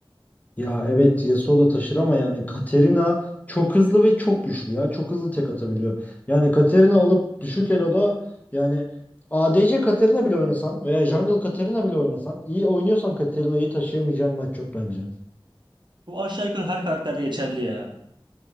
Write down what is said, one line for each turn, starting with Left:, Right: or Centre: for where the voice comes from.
Left: Ya evet Yasuo da taşır ama yani Katarina çok hızlı ve çok güçlü ya. Çok hızlı tek atabiliyor. Yani Katarina alıp düşük elo'da yani ADC Katarina bile oynasan veya Jungle Katarina bile oynasan iyi oynuyorsan Katarina'yı taşıyamayacağın maç çok bence.
Right: Bu aşağı yukarı her karakterde geçerli ya.